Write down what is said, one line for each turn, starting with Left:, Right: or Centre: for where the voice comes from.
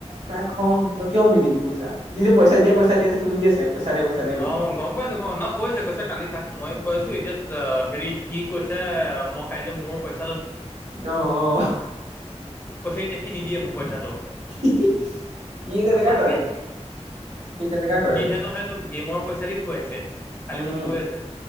Right: তাৰ খং তই কিয় দি দিবি পইচা যে পইচা তাই দিয়া পইছা দিয়া যে খুজি আছে। পইচা দে পইচা দে
Left: গ
Right: বুলি
Left: গম পাইছো গ ন কৈছে কৈছে কালি তাক মই কৈ আছো এতিয়া হেৰি সি কৈছে মই কাইলৈ মোৰ পইছা
Right: অহ অ।
Left: কৈছে এতিয়া সি নিদিয়ে মোক পইচাটো।
Right: হি হি হি ই যেনেকা
Left: নালাগে
Right: কৰে। সি তেনেকা কৰে
Left: সি হেনো তোক গেমৰ পইচা দি খুৱাইছে। কালি
Right: উম
Left: মোক কৈ আছে।